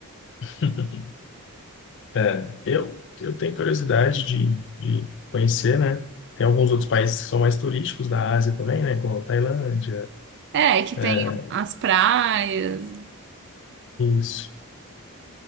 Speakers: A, on the left (about 55°); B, on the right (about 50°).
A: <laughs> É, eu, eu tenho curiosidade de, de conhecer, né? Tem alguns outros países que são mais turísticos da Ásia também, né? Como a Tailândia.
B: É, que tem
A: é,
B: as praias,
A: Isso.